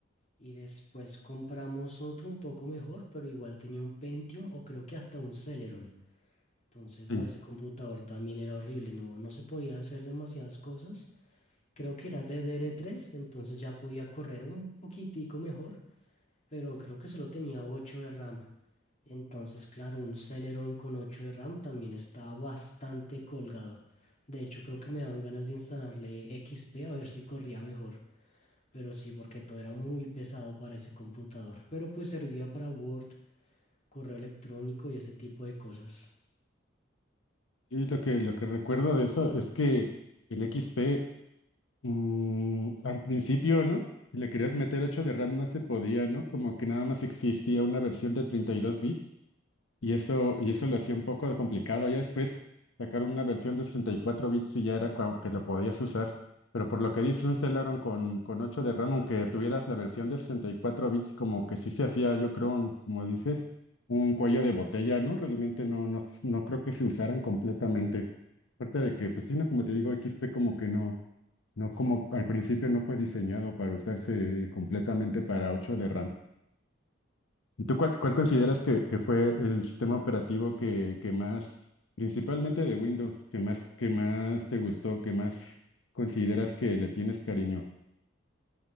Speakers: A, on the left; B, on the left.
A: y después compramos otro un poco mejor, pero igual tenía un Pentium o creo que hasta un Celeron. Entonces,
B: Sí.
A: no, ese computador también era horrible, no, no se podía hacer demasiadas cosas. Creo que era DDR3, entonces ya podía correr un poquitico mejor, pero creo que solo tenía 8 de RAM. Entonces, claro, un Celeron con 8 de RAM también estaba bastante colgado. De hecho, creo que me daban ganas de instalarle XP a ver si corría mejor. Pero sí, porque todo era muy pesado para ese computador. Pero pues servía para Word, correo electrónico y ese tipo de cosas.
B: Y lo que, lo que recuerdo de eso es que el XP mm, al principio, ¿no? Si le querías meter 8 de RAM no se podía, ¿no? Como que nada más existía una versión de treinta y dos bits Y eso, y eso lo hacía un poco de complicado. Ya después sacaron una versión de 64 bits y ya era como que lo podías usar. Pero por lo que dice un Celeron con, con 8 de RAM, aunque tuvieras la versión de 64 bits, como que sí se hacía, yo creo, un- como dices, un cuello de botella, ¿no? Realmente no, no, no creo que se usaran completamente. Aparte de que, pues sí, no, como te digo, x p como que no, no como al principio no fue diseñado para usarse completamente para 8 de RAM. ¿Y tú cuál, cuál consideras que, que fue el sistema operativo que, que más, principalmente de Windows, que más, que más te gustó, que más consideras que le tienes cariño?